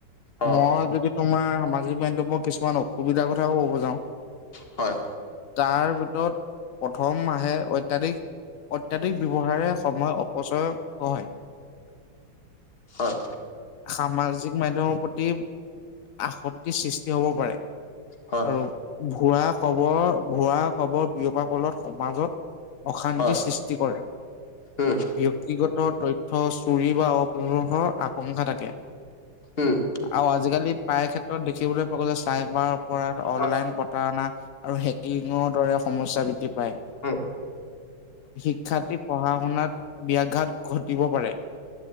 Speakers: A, on the left; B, on the left.
A: অ
B: মই যদি তোমাৰ সামাজিক মাধ্যমৰ কিছুমান অসুবিধাৰ কথাও ক'ব যাওঁ।
A: হয়।
B: তাৰ ভিতৰত প্ৰথম আহে অত্যাধিক অত্যাধিক ব্যৱহাৰে সময় অপচয় হয়।
A: হয়।
B: সামাজিক মাধ্যমৰ প্ৰতি আসত্তিৰ সৃষ্টি হব পাৰে।
A: হয়
B: আৰু ভুৱা খবৰ ভুৱা খবৰ বিয়পাৰ ফলত সমাজত, অশান্তি
A: হয়
B: সৃষ্টি কৰে।
A: উম
B: ব্যক্তিগত তথ্য চুৰি বা অপহৰ আকাংক্ষা থাকে।
A: উম,
B: আৰু আজিকালি প্ৰায় ক্ষেত্ৰত দেখিবলে পোৱা গৈছে যে চাইবাৰ কৰা, অনলাইন
A: হয়
B: প্ৰতাৰণা আৰু হেকিঙৰ দৰে সমস্যা বৃদ্ধি পায়।
A: উম
B: শিক্ষাৰ্থী পঢ়া শুনাত ব্যয়াঘাত ঘট তিব পাৰে